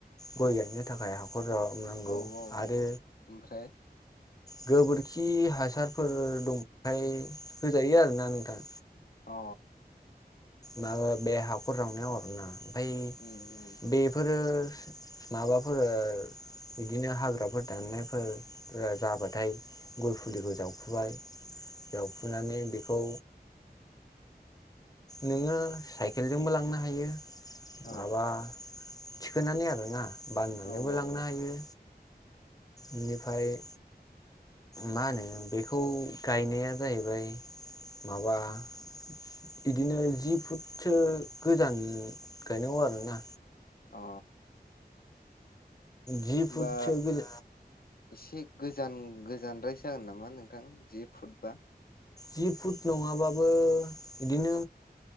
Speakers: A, on the left; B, on the left.
A: गय गायनो थाखाय ह रनांगौ
B: औ औ
A: आरो
B: औ ओमफ्राय
A: गोबोरखि हासारफोर दंबाथाय होजायो आरोना नोंथां।
B: अ
A: माबा बे हाखर जावनायाव अरोना ओमफ्राय
B: उम उम
A: बेफोरो माबाफोर बिदिनो हाग्राफोर दाननायफोर जाबाथाय गय फुलिखौ जावखुबाय जावफुनानै बेखौ
B: <unintelligible>
A: नोङो साइकेलजोंबो लांनो हायो
B: औ
A: माबा थिखोनानै आरोना बाननानैबो
B: औ
A: लांनो
B: औ
A: हायो। बेनिफ्राय मा होनो बेखौ गायनाया जाहैबाय माबा बिदिनो जि फुटसो गोजान गायनांगौ आरोना
B: अ
A: जिबथ
B: होमबा
A: ग
B: एसे गोजान गोजानद्राय जागोन नामा नोंथां जि फुटबा?
A: जि फुट नङाबाबो बिदिनो